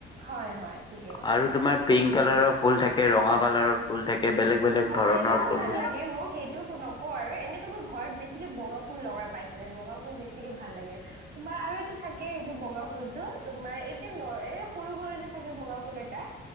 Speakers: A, on the right; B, on the left.
A: হয় হয়, ঠিকেই ক'লা।
B: আৰু তোমাৰ পিংক কালাৰৰ ফুল থাকে, ৰঙা কালাৰৰ ফুল থাকে বেলেগ বেলেগ
A: অ',
B: ধৰণৰ
A: সেইবোৰো
B: ফুলবোৰ
A: ভাল লাগে মোক সেই এইটো নকওঁ আৰু এনেতো মই ঘৰত বেছিকে বগা ফুল লগাই পাইছোঁ এ বগা ফুল বেছিকে ভাল লাগে। তোমাৰ আৰু এটা থাকে এইটো বগা ফুলটো তোমাৰ এতিয়া ন সৰু সৰুতে থাকে বগা ফুল এটা